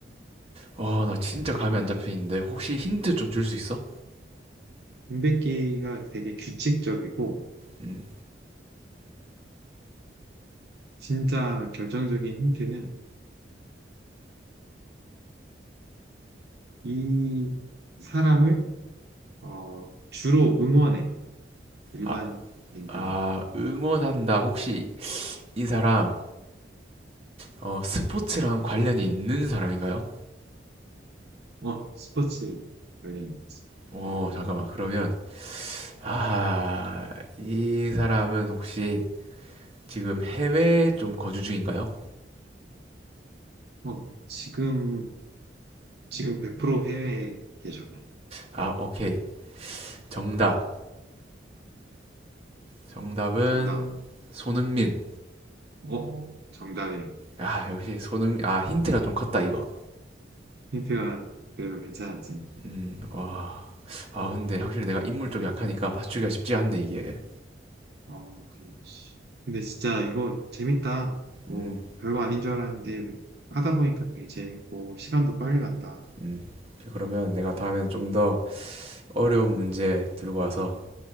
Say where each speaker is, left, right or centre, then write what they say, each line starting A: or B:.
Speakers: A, on the right; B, on the right.
A: 와, 나 진짜 감이 안 잡히는데, 혹시 힌트 좀 줄 수 있어?
B: 임백기가 되게 규칙적이고,
A: 음,
B: 진짜 결정적인 힌트는 이 사람을, 어, 주로 응원해. 일반인들은.
A: 아, 아, 응원한다. 혹시 이 사람, 어, 스포츠랑 관련이 있는 사람인가요?
B: 어, 스포츠 관련.
A: 오, 잠깐만. 그러면, 아, 이 사람은 혹시 지금 해외에 좀 거주 중인가요?
B: 어, 지금, 지금 100% 해외에 계셔.
A: 아, 오케이. 정답. 정답은
B: 정답.
A: 손흥민.
B: 어, 정답이에요.
A: 아, 역시 손흥민. 아, 힌트가 좀 컸다, 이거.
B: 힌트가 그래도 괜찮았지.
A: 음, 와. 아, 근데 확실히 내가 인물 좀 약하니까 맞추기가 쉽지 않네, 이게.
B: 어, 그럼. 근데 진짜 이거 재밌다. 뭐,
A: 음,
B: 별거 아닌 줄 알았는데, 하다 보니까 되게 재밌고, 시간도 빨리 간다.
A: 음. 오케이, 그러면 내가 다음에는 좀 더 어려운 문제 들고 와서